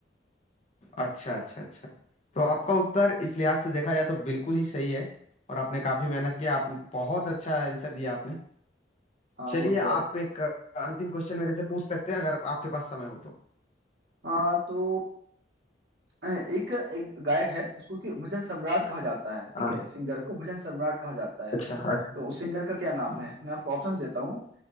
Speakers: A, on the left; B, on the right.
A: अच्छा अच्छा अच्छा तो आपका उत्तर इस लिहाज से देखा जाए तो बिल्कुल ही सही है और आपने काफी मेहनत किया आप बहुत अच्छा आंसर दिया आपने
B: हाँ
A: चलिए
B: वो
A: आप
B: तो है
A: एक अंतिम क्वेश्चन मेरे से पूछ सकते हैं अगर आपके पास समय हो तो
B: हाँ तो एक एक गायक है उसको कि भजन सम्राट कहा जाता है ठीक
A: हाँ
B: है सिंगर को भजन सम्राट कहा जाता है
A: अच्छा अच्छा
B: तो उस सिंगर का क्या नाम
A: हाँ
B: है मैं आपको ऑप्शंस देता हूँ